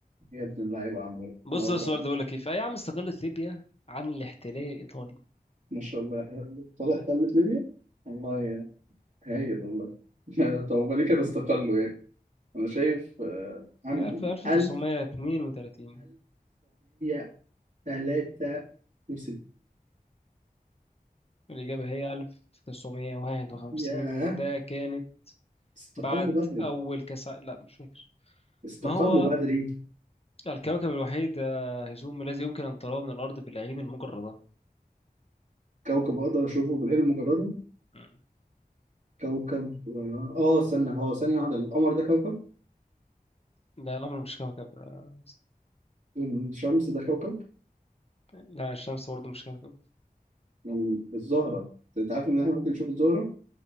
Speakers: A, on the right (about 55°); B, on the left (about 40°).
A: يا ابن اللعيبة يا عم
B: بص
A: نور
B: ده
A: بقى
B: السؤال ده بيقول لك إيه في أي عام استقلت ليبيا عن الاحتلال الإيطالي؟
A: ما شاء الله يا حبيبي. طالع تلت ليبيا؟ والله يا هايل والله <laughs> طب هما ليه كانوا استقلوا يعني؟ أنا شايف آه، عام
B: عارف 1932
A: 1000 1963
B: الإجابة هي 1951
A: ياه
B: وده كانت
A: استقلوا
B: بعد
A: بدري
B: أول كاس ع- لا مش فاكر
A: استقلوا
B: ما هو
A: بدري
B: الكوكب الوحيد آه، هيزوم الذي يمكن أن تراه من الأرض بالعين المجردة
A: كوكب اقدر اشوفه بالعين المجرده
B: مم.
A: كوكب اه آه، استنى هو ثانيه واحده القمر ده كوكب
B: لا القمر مش كوكب آه،
A: والشمس ده كوكب
B: لا الشمس برضه مش كوكب
A: أم، الزهره انت عارف ان احنا ممكن نشوف الزهره